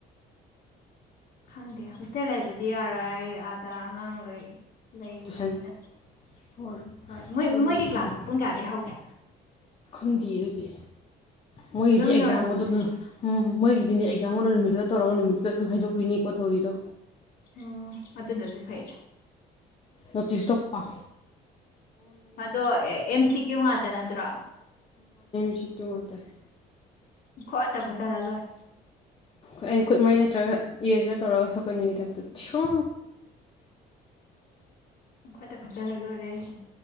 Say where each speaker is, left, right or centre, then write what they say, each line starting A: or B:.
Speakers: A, on the left (about 60°); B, on the left (about 30°).
A: ꯈꯪꯗꯦ ꯍꯣꯁꯇꯦꯜ ꯍꯥꯏꯕꯗꯤ ꯌꯥꯔꯣꯏ ꯑꯩ ꯑꯥꯗ ꯑꯉꯥꯡꯒꯩ ꯂꯩꯔꯤꯕꯅꯤꯅ
B: ꯇꯨꯏꯁꯟ ꯑꯣꯔ
A: ꯍꯣꯏ ꯃꯣꯏ
B: ꯑꯗꯨꯕꯨꯁꯨ
A: ꯃꯣꯏꯒꯤ ꯀ꯭ꯂꯥꯁꯇꯣ ꯄꯨꯡ ꯀꯌꯥꯗꯩꯩ ꯍꯧꯒꯦ
B: ꯈꯪꯗꯤꯌꯦ ꯑꯗꯨꯗꯤ ꯃꯣꯏꯒꯤꯗꯤ
A: ꯑꯗꯨꯝ
B: ꯑꯦꯛꯖꯥꯝꯒꯗꯨꯅ
A: ꯅꯣꯔꯃꯦꯜ
B: ꯎꯝ ꯃꯣꯏꯒꯤꯗꯤꯅꯦ ꯑꯦꯛꯖꯥꯝꯒ ꯂꯣꯢꯔ ꯅꯨꯃꯤꯠꯇꯨꯗ ꯇꯧꯔꯒ ꯅꯨꯃꯤꯠꯇꯨꯗ ꯑꯗꯨꯝ ꯍꯥꯏꯗꯣꯛꯄꯤꯅꯤꯀꯣ ꯊꯧꯔꯤꯗꯣ
A: ꯑꯣ ꯑꯗꯨꯅꯁꯨ ꯐꯩꯔ
B: ꯅꯊꯦꯁꯇ ꯄ
A: ꯑꯗꯣ ꯑꯦꯝ ꯁꯤ ꯀ꯭ꯌꯨ ꯉꯥꯛꯇ ꯅꯠꯇ꯭ꯔꯣ
B: ꯆꯤ ꯇꯨ ꯉ ꯃꯇꯝꯔꯦ
A: ꯈꯑ ꯑꯇ ꯈꯆꯆꯥꯗꯗꯣꯏ
B: ꯑꯩꯣꯏ ꯑꯩꯅ ꯈꯨꯠꯃꯩ ꯅꯠꯇ꯭ꯔꯒ ꯏꯔꯖꯥ ꯇꯧꯔꯒ ꯁꯧꯀꯟꯅꯤꯡꯉꯒꯤ ꯇꯥꯏꯞꯇꯣ ꯁꯨꯝ
A: ꯈꯠꯇ ꯈꯠꯇꯔꯂ ꯑꯣꯏ ꯌꯥ